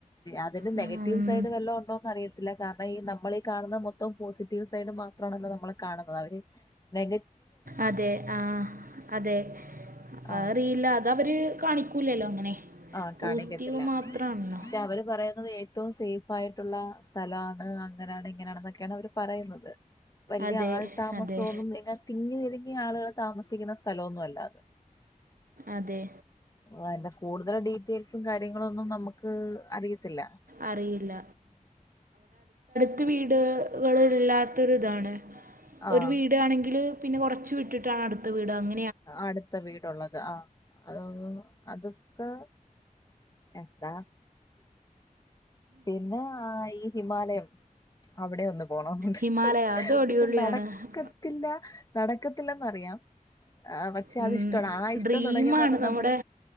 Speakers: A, on the left; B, on the right.
A: അതിന്റെ
B: ഉം,
A: നെഗറ്റീവ് സൈഡ് വല്ലോണ്ടോന്ന് അറിയ കാരണം ഈ നമ്മൾ ഈ കാണുന്ന മൊത്തം പോസിറ്റീവ് സൈഡ് മാത്രമാണല്ലോ നമ്മൾ കാണുന്ന അവര് നെ
B: അതെ ആഹ് അതെ
A: ആഹ്
B: അറിയില്ല അത് അവര് കാണിക്കൂല്ലല്ലോ അങ്ങനെ.
A: ആഹ് കാണിക്കത്തില്ല
B: പോസിറ്റീവ് മാത്രമാണല്ലോ
A: പക്ഷെ അവര് പറയ ഏറ്റവും സേഫ് ആയിട്ടുള്ള സ്ഥലമാണ് അങ്ങനെയാണ് ഇങ്ങനെയാണ് എന്നൊക്കെയാണ് അവർ പറയുന്നത്. വലിയ
B: അതെ
A: ആൾതാമസൊന്നും
B: അതെ
A: <unintelligible> തിങ്ങി തിങ്ങി ആളുകൾ താമസിക്കുന്ന സ്ഥലമൊന്നും അല്ല അത്.
B: അതെ.
A: ആ കൂടുതലും ഡീറ്റെയിൽസും കാ കാര്യങ്ങളൊന്നും നമുക്ക് അറിയത്തില്ല.
B: അറിയില്ല ത്ത് വീടുകളില്ലാത്തൊരു ഇതാണ്.
A: ആഹ്
B: ഒരു വീടാണെങ്കില് പിന്നെ കുറച്ച് വിട്ടിട്ടാണ് അടുത്ത വീട് അങ്ങ
A: അടുത്ത വീടുള്ളത് ആഹ് അത് അതൊക്കെ എന്താ പിന്നെ ആഹ് ഈ ഹിമാലയം അവിടെ ഒന്ന പോണുണ്ട്
B: ഹിമാലയ അത് അടിപൊളിയാണ്
A: പക്ഷെ നടക്കത്തില്ല നടക്കത്തില്ലെന്നറിയാം പക്ഷേ
B: ഉം
A: അത് ഇഷ്ടമാണ് ആ ഇഷ്ടം
B: ഡ്രീമാണ്
A: തുടങ്ങിയന്ന് പറഞ്ഞാ
B: നമ്മുടെ
A: നമ്മള്